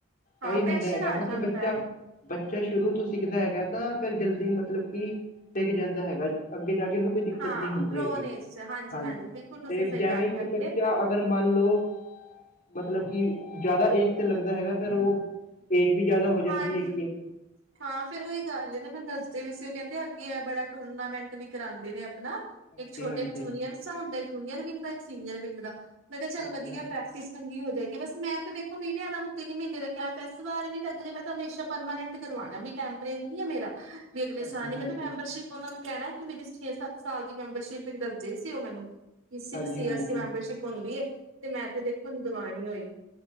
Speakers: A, on the right (about 70°); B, on the left (about 40°).
A: ਹਾਂ
B: ਇਹੀ ਹੁੰਦਾ
A: ਪੈਸ਼ਨ
B: ਹੈਗਾ
A: ਆ
B: ਨਾ
A: ਜਾਂਦਾ
B: ਕਿ ਬੱਚਾ
A: ਐ।
B: ਬੱਚਾ ਸ਼ੁਰੂ ਤੋਂ ਸਿੱਖਦਾ ਹੈਗਾ ਤਾਂ ਫਿਰ ਜਲਦੀ ਮਤਲਬ ਕਿ ਟਿੱਕ ਜਾਂਦਾ ਹੈਗਾ ਅੱਗੇ ਜਾ ਕੇ ਉਨੂੰ ਕੋਈ ਦਿੱਕਤ
A: ਹਾਂ
B: ਨੀ ਹੁੰਦੀ
A: ਗਰੋਨ
B: ਹੈਗੀ,
A: ਏਜ ਚ
B: ਹਾਂਜੀ
A: ਬਿਲਕੁਲ ਤੁਸੀਂ
B: 'ਤੇ
A: ਸਹੀ
B: ਜੇਵੇ
A: ਆਖਿਆ
B: ਕਿ
A: ਵੀਰੇ
B: ਬੱਚਾ ਅਗਰ ਮੰਨ ਲੋ, ਮਤਲਬ ਕਿ ਜ਼ਿਆਦਾ ਏਜ 'ਤੇ ਲੱਗਦਾ ਹੈਗਾ ਫੇਰ ਓ ਏਜ ਵੀ ਜ਼ਿਆਦਾ ਹੋ ਜਾਂਦੀ
A: ਹਾਂਜੀ
B: ਹੈਗੀ ਐ।
A: ਹਾਂ ਫਿਰ ਉਹੀ ਗੱਲ ਨਾ ਮੈਨੂੰ ਦੱਸਦੇ ਵੀ ਸੀ ਓ ਕਹਿੰਦੇ ਅੱਗੇ ਐ ਬੜਾ ਟੂਰਨਾਮੈਂਟ ਵੀ ਕਰਾਂਦੇ ਨੇ ਆਪਣਾ
B: ਹਾਂਜੀ
A: ਇੱਕ ਛੋਟੇ
B: ਹਾਂਜੀ
A: ਜੂਨੀਅਰਸ ਹੁੰਦਾ ਜੂਨੀਅਰ ਵਿੰਗ ਦਾ ਇੱਕ ਸੀਨੀਅਰ ਵਿੰਗ ਦਾ ਮੈਂ ਕਿਹਾ ਚੱਲ
B: ਹਾਂਜੀ
A: ਵਧੀਆ
B: ਹਾਂ
A: ਪੈ ਚੰਗੀ ਹੋ ਜਾਏਗੀ ਬਸ ਮੈਂ ਤਾਂ ਦੇਖੋ ਵੀਰੇ ਐਨਾਂ ਨੂੰ ਤਿੰਨ ਮੀਨੇ ਦਾ ਕੈ ਇਸ ਵਾਰ ਵੀ ਤਾਂ ਅਗਲੇ ਮੈਂ ਤਾਂ ਹਮੇਸ਼ਾ ਪਰਮਾਨੈਂਟ ਕਰਵਾਣਾ ਵੀ ਟੈਂਪਰੇਰੀ ਨੀ ਐ ਮੇਰਾ ਵੀ ਅਗਲੇ
B: ਹਾਂਜੀ
A: ਸਾਲ ਨੀ ਮੈਂ
B: ਹਾਂਜੀ
A: ਤੇ ਮੈਂਬਰਸ਼ਿਪ ਓਨਾਂ ਨੂੰ ਕੈਣਾ ਕੀ ਮੇਰੀ ਛੇ ਸੱਤ ਸਾਲ ਦੀ ਮੈਂਬਰਸ਼ਿਪ ਦੱਸਦੇ ਸੀ ਓ ਮੈਨੂੰ ਕੀ ਸਿਕਸ
B: ਹਾਂਜੀ
A: ਈਅਰਸ
B: ਹਾਂਜੀ
A: ਦੀ ਮੈਂਬਰਸ਼ਿਪ ਹੁੰਦੀ ਏ ਤੇ ਮੈਂ ਤੇ ਦੇਖੋ ਦਵਾਣੀ ਹੋਈ